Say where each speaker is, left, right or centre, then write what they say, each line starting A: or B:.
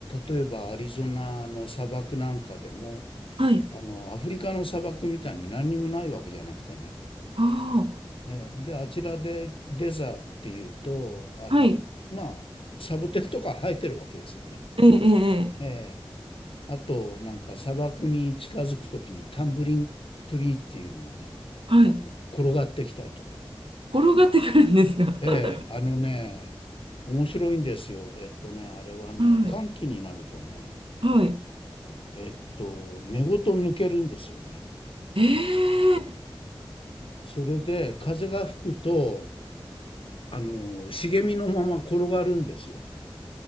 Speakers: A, on the left; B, on the right.
A: 例えばアリゾナの砂漠なんかでも、
B: はい、はい、
A: あの、アフリカの砂漠みたいに何にもないわけじゃなくてね、
B: あ
A: えーで、あちらでデザっていうと、あの、
B: あ、はい、
A: まあ、サボテンとか生えてるわけですよね。
B: ええ、ええ、ええ
A: えーあと、なんか砂漠に近づくときにタンブリントリーっていうのがね、
B: はい、
A: あの、転がってきたりとか。
B: 転がってくるんですが。
A: ええあのね、
B: <laughs>
A: 面白いんですよ。えっとね、あれはね、
B: はい、
A: 寒気になるとね、
B: はい。
A: えっと、根ごと抜けるんですよね。
B: ええ、
A: それで風が吹くと、あの、茂みのまま転がるんですよ。